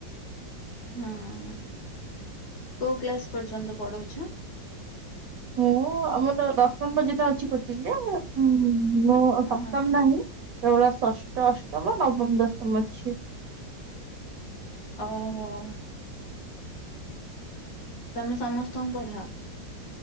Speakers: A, on the left (about 60°); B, on the right (about 65°).
A: ହୁଁ ହୁଁ କୋଉ କ୍ଲାସ ପର୍ଯ୍ୟନ୍ତ ପଢଉଛ?
B: ମୁଁ ଆମର ଦଶମ ପର୍ଯ୍ୟନ୍ତ ଅଛି କୋଚିଙ୍ଗିରେ ମୋ ସପ୍ତମ
A: ହଁ
B: ନାହିଁ। ସେଭଳିଆ ଷଷ୍ଠ ଅଷ୍ଟମ ନବମ ଦଶମ ଅଛି।
A: ଓହୋ। ତମେ ସମସ୍ତଙ୍କୁ ପଢାଅ?